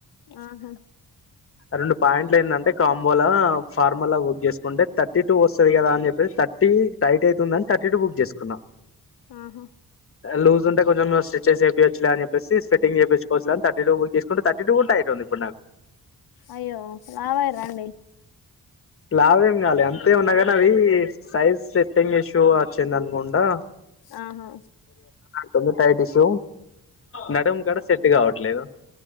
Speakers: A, on the left; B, on the left.
A: ఆహా
B: రెండు పాయింట్లు ఏంటంటే కాంబోలో ఫార్మలా బుక్ చేసుకుంటే థర్టీ టూ వస్తది కదా అని చెప్పేసి థర్టీ టైట్ అయితుందని థర్టీ టూ బుక్ చేసుకున్నా
A: ఆహా
B: లూజ్ ఉంటే కొంచెం సె చేసేవ్ లే అని చెప్పేసి స్పెట్టింగ్ చేపి <unintelligible> తీసుకుంటే థర్టీ టూ గుట్ట అయితుంది ఇప్పుడు నా
A: అయ్యో లావయ్యిర్రా అండి
B: లావేం కాలే అ తే ఉన్నాగానీ అవి సైజ్ సెట్టింగ్ ఇష్యూ వచ్చింది అనుకుంటా
A: ఆహా
B: తొగ్గు తైటిష్ నడుం కాడ సెట్ కావట్లేదు